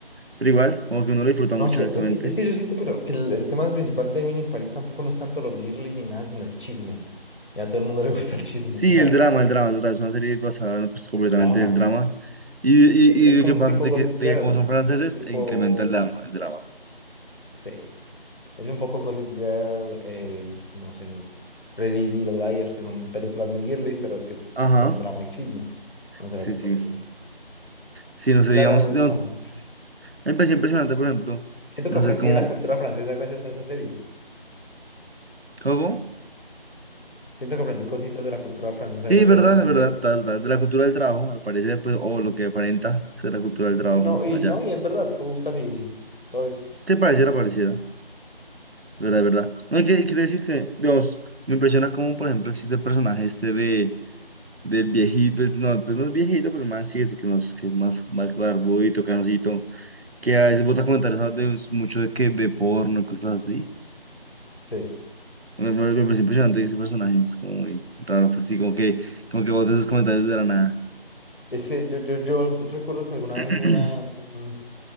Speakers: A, on the right; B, on the left.
A: pero igual, como que uno la disfruta mucho,
B: No sé,
A: honestamente.
B: es que, es que yo siento que, lo- que el, el tema principal de Men in Paris tampoco no es tanto lo girly ni nada, sino el chisme. Y a todo el mundo le <laughs> gusta el chisme.
A: Sí, el drama,
B: <laughs>
A: el drama, total, es una serie basada en, pues, completamente
B: El drama,
A: en el
B: sí.
A: drama.
B: sí.
A: Y, y,
B: Es, es como
A: y lo que
B: un
A: pasa
B: tipo
A: es de
B: Gossip
A: que, de
B: Girl,
A: que como son franceses,
B: un tipo...
A: e incrementa el drama, el drama.
B: Sí, Es un poco Gossip Girl, eh, no sé, Pretty Little Liars, que son películas muy girlies, pero es que
A: Ajá,
B: son drama y chisme. No se
A: sí,
B: las veo
A: sí.
B: por eso. A
A: Sí, no sé,
B: mí
A: digamos,
B: la verdad me gusta
A: no,
B: mucho.
A: me pareció impresionante, por ejemplo,
B: Siento
A: no
B: que aprendí
A: sé cómo,
B: de la cultura francesa gracias a esa serie.
A: ¿cómo?
B: Siento que aprendí cositas de la cultura francesa
A: Sí,
B: gracias
A: es verdad,
B: a esa
A: es verdad,
B: serie.
A: total, total, de la cultura del trabajo, al parecer, pues, o lo que aparenta ser la cultura del trabajo
B: sí no, y
A: allá.
B: no, y es verdad, tú buscas y todo es...
A: Te pareciera, pareciera, es verdad, es verdad. No hay que, hay que decir que, Dios, me impresiona cómo, por ejemplo, existe el personaje este de Del viejito, pues no, pues no es viejito, pero el man sí es que, nos, que es más, más barbudito, canosito, que a veces bota comentarios ah, de mucho de, que de porno y cosas así.
B: Sí.
A: Me, me- me parece impresionante ese personaje, es como muy raro, pues sí, como que, como que bota esos comentarios de la nada.
B: Es que yo, yo, yo recuerdo que alguna
A: <clears throat>
B: vez hubo una, un-